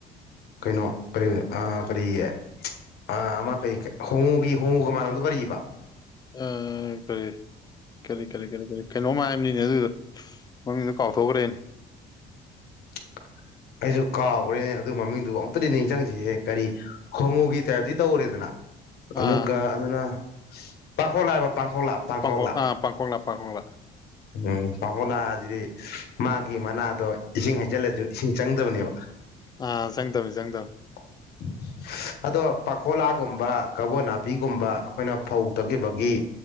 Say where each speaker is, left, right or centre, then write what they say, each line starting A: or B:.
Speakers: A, on the left; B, on the left.
A: ꯀꯩꯅꯣ ꯀꯔꯤ ꯑ ꯀꯔꯤ ꯌꯦ ꯑ ꯑꯃ ꯀꯔꯤ ꯍꯣꯡꯉꯨꯒꯤ ꯍꯣꯡꯉꯨꯒ ꯃꯥꯟꯅꯕꯗꯣ ꯀꯔꯤꯕ
B: ꯑꯥ ꯀꯔꯤ ꯀꯔꯤ ꯀꯔꯤ ꯀꯔꯤ ꯀꯔꯤ ꯀꯩꯅꯣꯝ ꯍꯥꯏꯝꯅꯤꯅꯦ ꯑꯗꯨꯗꯣꯃꯃꯤꯡꯗꯨ ꯀꯥꯎꯊꯣꯛꯈ꯭ꯔꯦꯅꯦ
A: INAUDIBLE ꯑꯩꯁꯨ ꯀꯥꯎꯈꯒ꯭ꯔꯦ ꯑꯗꯨ ꯃꯃꯤꯡꯗꯨ ꯑꯝꯨꯛꯇꯗꯤ ꯅꯤꯡꯖꯤꯡꯖꯤꯍꯦ ꯀꯔꯤ ꯍꯣꯡꯉꯨꯒꯤ ꯇꯥꯏꯞꯇꯤ ꯇꯧꯔꯦꯗꯅ ꯑꯗꯨꯒ
B: ꯑꯥ
A: ꯑꯃꯅ ꯄꯥꯡꯈꯣꯛꯂꯥ ꯍꯥꯏꯕ ꯄꯥꯡꯈꯣꯛꯂꯥ ꯄꯥꯡꯈꯣꯛꯂꯥ
B: ꯄꯥꯡꯈꯣꯛ ꯑꯥ ꯄꯥꯡꯈꯣꯛꯂꯥ ꯄꯥꯡꯈꯣꯛꯂꯥ
A: ꯎꯝ ꯄꯥꯡꯈꯣꯛꯂꯥꯁꯤꯗꯤ ꯃꯥꯒꯤ ꯃꯅꯥꯗꯣ ꯏꯁꯤꯡ ꯍꯩꯖꯜꯂꯖꯨ ꯏꯁꯤꯡ ꯆꯪꯗꯕꯅꯦꯕ
B: ꯑꯥ ꯆꯪꯗꯕꯅꯤ ꯆꯪꯗꯕꯅꯤ
A: INAUDIBLE ꯑꯗꯣ ꯄꯥꯡꯈꯣꯂꯥꯒꯨꯝꯕ ꯀꯕꯣ ꯅꯥꯄꯤꯒꯨꯝꯕ ꯑꯩꯈꯣꯏꯅ ꯐꯧ ꯇꯛꯈꯤꯕꯒꯤ